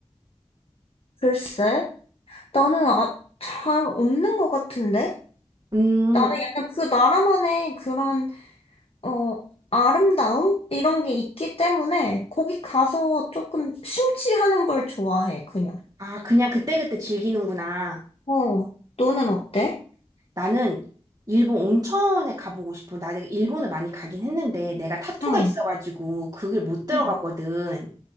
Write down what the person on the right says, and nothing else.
음,
아, 그냥 그때그때 즐기는구나.
나는 일본 온천에 가보고 싶어. 나 내가 일본을 많이 가긴 했는데 내가 타투가
있어가지고 그걸 못 들어가거든.